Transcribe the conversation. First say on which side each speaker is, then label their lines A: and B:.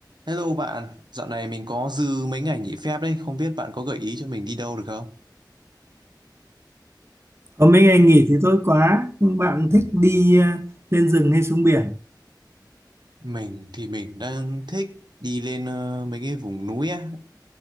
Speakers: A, on the right; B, on the right.
A: Hello bạn, dạo này mình có dư mấy ngày nghỉ phép đấy, không biết bạn có gợi ý cho mình đi đâu được không?
B: Có mấy ngày nghỉ thì tốt quá. Nhưng bạn thích đi ờ, lên rừng hay xuống biển?
A: Mình thì mình đang thích đi lên ờ, mấy cái vùng núi á,